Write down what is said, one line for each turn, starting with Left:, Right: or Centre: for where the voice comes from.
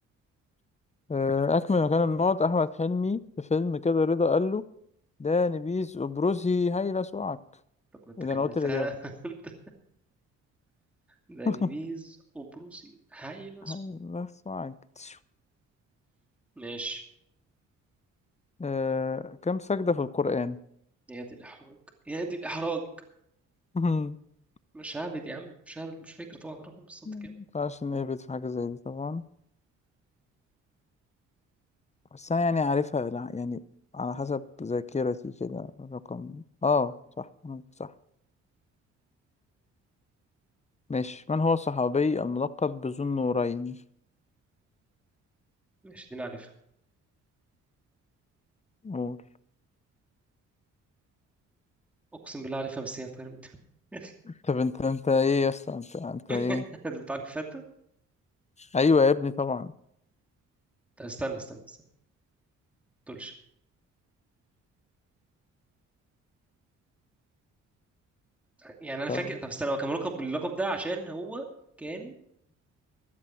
Left: آه، أكمل مكان النقط أحمد حلمي في فيلم كده رضا قال له ده نبيذ أبرزي هيلا سوعك
Centre: طب ما انت
Left: إذا
Centre: كملتها
Left: أنا قلت الإجابة
Centre: <laughs> انت داني
Left: <laughs>
Centre: بيز وبروسي هايلة
Left: هيلا سوعك تشو.
Centre: ماشي
Left: آه، كم سجدة في القرآن؟
Centre: يا دي الإحراج يا دي الإحراج
Left: <laughs>
Centre: مش هعبد يا عم مش هعبد مش فاكر طبعا الرقم بالظبط كام
Left: مينفعش نهبط في حاجة زي دي طبعا بس أنا يعني عارفها لا، يعني على حسب ذاكرتي كده الرقم آه صح صح ماشي من هو الصحابي الملقب بذو النورين؟
Centre: ماشي دي أنا عارفها
Left: قول
Centre: أقسم بالله عارفها بس هي طايرة من دماغي.
Left: طب انت انت ايه يا اسطى انت انت ايه
Centre: <laughs> أنت بتعرفها أنت؟
Left: ايوه يا ابني طبعا
Centre: طب استنى استنى استنى ما تقولش يعني أنا
Left: ف...
Centre: فاكر طب استنى هو كان ملقب باللقب ده عشان هو كان